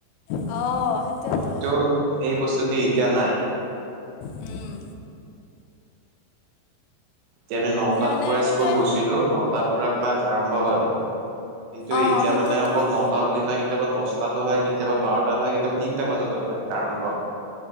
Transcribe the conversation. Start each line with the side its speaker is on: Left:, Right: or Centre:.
Left: অ', সেইটোয়েতো
Right: কিন্তু এই বস্তুত এতিয়া নাই।
Left: উম,
Right: এতিয়া আমি নটাত
Left: মানে
Right: পৰা
Left: সেইটোৱে
Right: স্কুল গৈছিলো নটাত পৰা ক্লাছ আৰম্ভ হয়। কিন্তু
Left: অ',
Right: এতিয়া
Left: সেইটোয়েতো
Right: মানে অকল ন তা বুলি নহয় কেতিয়াবা দহটাতো হয় কেতিয়াবা বাৰটাত হয় কেতিয়াবা তিনটা বজাতো হয় আৰম্ভ।